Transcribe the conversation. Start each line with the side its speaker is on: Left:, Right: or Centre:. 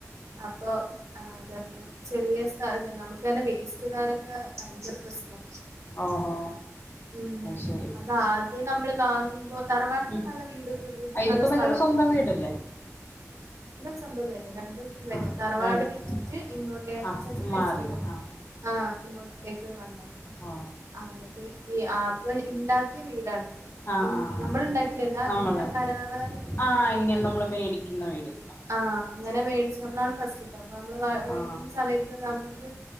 Right: അപ്പൊ ആ അത ചെറിയ സ്ഥലാ നമുക്കെന്നെ വേസ്റ്റ് ഈടാനൊക്കെ ഭയങ്കര <unintelligible>
Left: ഓഹോ
Right: ഉം
Left: അത് ശരി
Right: അതാദ്യം നമ്മൾ വാങ്ങുമ്പോ തറവാട്ടില്
Left: ഉം.
Right: നല്ല വീട്
Left: ആ, ഇതിപ്പോ
Right: നല്ല സ്ഥലൊക്കെ
Left: നിങ്ങളുടെ സ്വന്തം
Right: ഉണ്ട്
Left: വീടല്ലേ
Right: സ്വന്തം തന്നെ രണ്ടു
Left: ആ
Right: തറവാട്
Left: രണ്ട് സ്ഥലം
Right: വിറ്റിട്ട് ഇങ്ങോട്ടേക്ക്
Left: ആ
Right: അച്ചച്ചൻ മരിച്ചപ്പോ
Left: മാറി ആ
Right: ആ ഇങ്ങോട്ടേക്ക് വന്നത്
Left: ആ.
Right: ആ എന്നിട്ട് ഈ ആ അപ്പൊ ഇണ്ടാക്കിയ വീടാണ്
Left: ആ ആ
Right: നമ്മൾ
Left: ആ
Right: ഇണ്ടാക്കിയല്ല
Left: നമ്മള്
Right: ഇ കരാറി
Left: ആ
Right: ഇണ്ടാക്കിട്ടുള്ളോ
Left: ഇങ്ങനെ നമ്മൾ മേടിക്കുന്ന വീട്
Right: ആ അങ്ങനെ മേടിച്ച് നമ്മള ഫസ്റ്റ് അപ്പൊ നമ്മള് മേടിക്കുന്ന
Left: ആ
Right: സമയത്ത് നമ്മുക്ക്